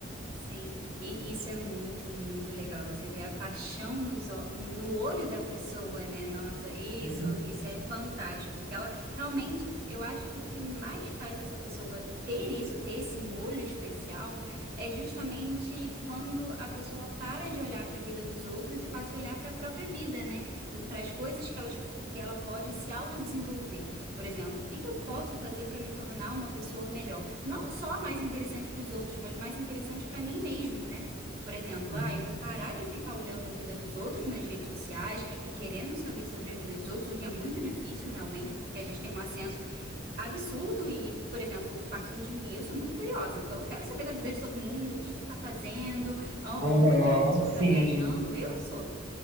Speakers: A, on the right (about 45°); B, on the right (about 80°).
A: Sim, e isso é muito, muito legal. Você vê a paixão nos, ó- no olho da pessoa, né? Nossa, isso,
B: Uhum,
A: isso é fantástico. Que ela realmente, eu acho que o que mais faz essa pessoa ter isso, ter esse molho especial, é justamente quando a pessoa para de olhar para a vida dos outros e passa a olhar para a própria vida, né? Para as coisas que elas, que ela pode se autodesenvolver. Por exemplo, o que que eu posso fazer para me tornar uma pessoa melhor? não só mais interessante para os outros, mas mais interessante para mim mesmo, né? Por exemplo,
B: uhum.
A: ah, eu vou parar de ficar olhando a vida dos outros nas redes sociais e querendo saber sobre a vida dos outros, o que é muito difícil realmente, porque a gente tem um acesso absurdo e, por exemplo, partindo de mim, eu sou muito curiosa, então eu quero saber da vida de todo mundo, o que que tá fazendo, a-
B: Aham,
A: onde a pessoa
B: sim.
A: tá viajando, eu sou.